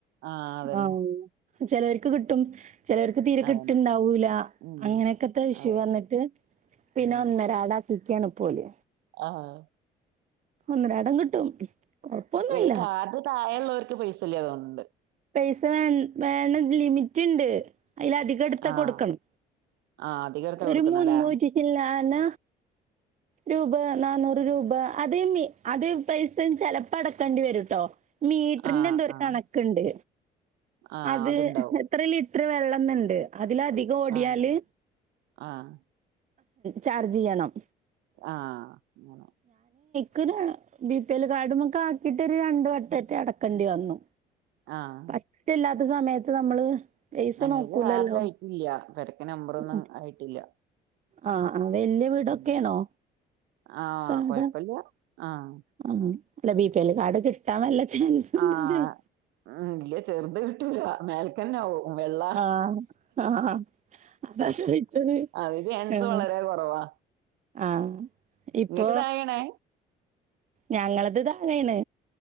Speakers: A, on the right (about 85°); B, on the right (about 45°).
A: ആഹ് അതന്നെ
B: ആഹ് ചിലവർക്ക് കിട്ടും ചിലർക്ക് തീരെ
A: അതന്നെ
B: കിട്ടുണ്ടാവൂല
A: ഉം
B: അങ്ങനെയൊക്കെത്തെ ഇഷ്യു
A: അതെ
B: വന്നിട്ട് പിന്നെ
A: ഉം
B: ഒന്നരാടാക്കിക്കാണ് പോല്
A: ആഹ്
B: ഒന്നരാടം കിട്ടും കൊഴപ്പൊന്നുല്ല.
A: വെയ് കാർഡ് താഴെള്ളോർക്ക് പൈസ ഇല്ലാ തൊന്ന്ണ്ട്
B: പൈസ വേ വേണം ലിമിറ്റ്ണ്ട് അയിൽ അധികംട്ത്താ
A: ആഹ്
B: കൊടുക്കണം
A: ആഹ് അധികം എടുത്താ
B: ഒരു
A: കൊടുക്കണല്ലേ
B: മുന്നൂറ്റിച്ചില്ലാ ന്ന രൂപ നന്നൂറ് രൂപ അത് മി അത് പൈസ ചെലപ്പോ അടക്കേണ്ടി വരുട്ടോ മീറ്ററിന്റെ
A: ആഹ്
B: എന്തോ ഒരു
A: ആഹ്
B: കണക്ക്ണ്ട്
A: ആഹ്
B: അത്
A: അതുണ്ടാവും
B: എത്ര ലി ത്ര വെള്ളം ന്നുണ്ട് അതിലധികം ഓടിയാല്
A: ആഹ് ആഹ്
B: ചാർജ് ചെയ്യണം
A: ആഹ് അങ്ങനെ
B: ക്കരാണ് ബി പി എൽ കാർഡ്മക്ക് ആക്കിട്ട് ഒരു രണ്ട് വട്ടംറ്റെ അടക്കേണ്ടി വന്നു
A: ആഹ്
B: പറ്റില്ലാത്ത സമയത്ത് നമ്മള് പൈസ
A: ഞങ്ങൾക്ക്
B: നോക്കൂലല്ലോ
A: കാർഡ് ആയിട്ടില്ല പെരക്ക് നമ്പറൊന്നും
B: ഉം.
A: ആയിട്ടില്ല
B: ആ ആ വല്യ വീടൊക്കെണോ
A: ഉം ആഹ്
B: സാധാ
A: കൊഴപ്പില്ല ആഹ്
B: ആഹ് അല്ല ബി പി എൽ കാർഡ് കിട്ടാൻ നല്ല ചാൻസ് ഉണ്ടെ
A: ആഹ്
B: ചോയ്
A: ഉം ഇല്ല ചെറുത് കിട്ടൂല മേൽക്കന്നാവും വെള്ളാ
B: ആഹ് ആഹ് അതാ ചോയിച്ചത്
A: അത് ചാൻസ്
B: ആഹ്
A: വളരെ കുറവാ
B: ആഹ് ഇപ്പൊ
A: ഇങ്ങക്ക് തായെണ്
B: ഞങ്ങളത് താഴെണ്